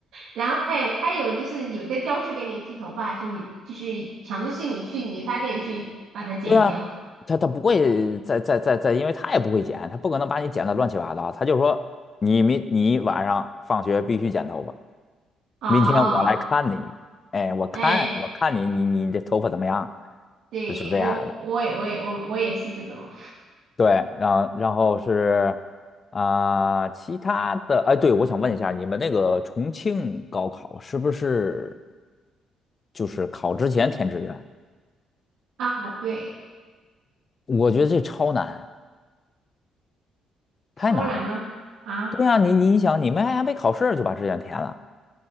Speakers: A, on the right (about 80°); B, on the left (about 35°).
A: 然后哎，他有就是有在教室给你剃头发，还是你就是强制性你去理发店去把它剪掉？
B: 对啊，他他不会再再再再，因为他也不会剪，他不可能把你剪得乱七八糟，他就说你明你晚上放学必须剪头发，
A: 哦，
B: 明天我来看你，哎，我看我看你你你这头发怎么样，
A: 哎，对我我也我也我我也是这种
B: 就是这样。的。对，然后然后是啊、其他的，哎，对，我想问一下，你们那个重庆高考是不是就是考之前填志愿？
A: 啊，对，
B: 我觉得这超难，
A: 超难吗？
B: 太难了。
A: 啊，
B: 对呀、你你想，你们还没考试就把志愿填了？